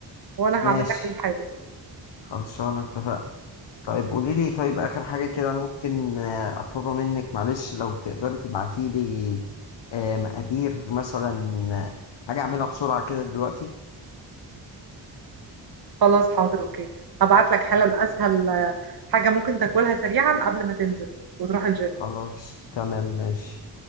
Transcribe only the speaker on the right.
وانا هعمل
لك الحادق
خلاص حاضر اوكي هبعت لك حالا اسهل آه، حاجه ممكن تاكلها سريعا قبل ما تنزل وتروح الجيم